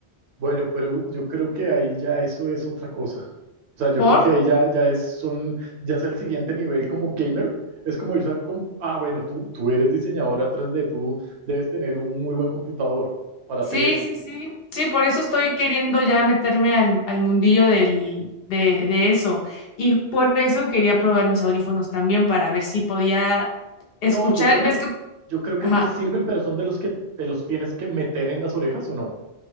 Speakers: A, on the right; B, on the left.
A: Bueno, pero yo creo que ahí ya eso es otra cosa. O sea, yo
B: ¿Por?
A: creo que ahí ya, ya es, son, ya es el siguiente nivel como gamer. Es como irse a, com- ah, bueno, tú, tú eres diseñador atrás de tú, debes tener un muy buen computador para
B: Sí,
A: hacer eso.
B: sí, sí. Sí, por eso estoy queriendo ya meterme al, al mundillo del, de, de eso. Y por eso quería probar mis audífonos también para ver si podía escuchar.
A: No, yo creo
B: ¿Ves
A: que,
B: que?
A: yo creo que
B: Ajá.
A: te sirven, pero son de los que te los tienes que meter en las orejas o no.